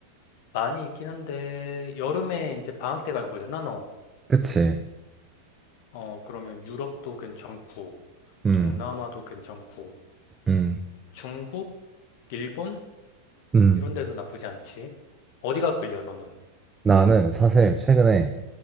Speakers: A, on the left; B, on the right.
A: 많이 있긴 한데, 여름에 이제 방학 때 갈 거잖아, 너.
B: 그치.
A: 어, 그러면 유럽도 괜찮고,
B: 음,
A: 동남아도 괜찮고,
B: 음,
A: 중국, 일본?
B: 음.
A: 이런 데도 나쁘지 않지. 어디가 끌려, 너는?
B: 나는 사실 최근에